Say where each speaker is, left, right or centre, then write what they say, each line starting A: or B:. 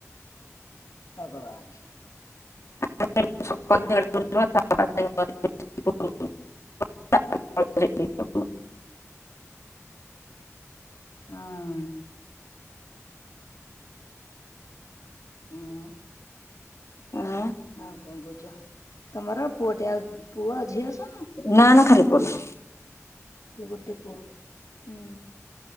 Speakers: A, on the left; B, on the left.
A: ଭଗବାନ୍।
B: <unintelligible>
A: ଆଉ କଣ
B: <unintelligible>
A: ହଁ। ହଁ।
B: ହଁ।
A: ଆଉ କଣ କହୁଛ, ତମର ପୁଅ ଟେ ଆ ପୁଅ ଝିଅ ସ
B: ନା ନା ଖାଲି ପୁଅଟେ।
A: ସେ ଗୋଟେ ପୁଅ ହୁଁ